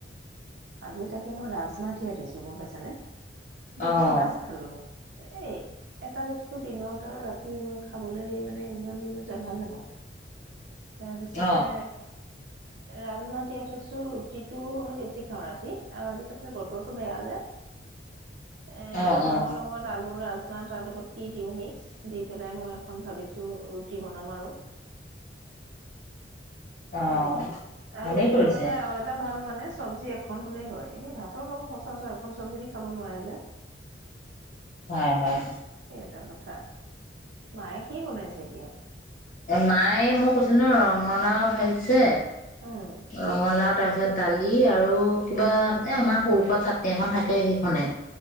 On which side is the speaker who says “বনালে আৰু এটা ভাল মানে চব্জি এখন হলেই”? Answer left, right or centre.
Right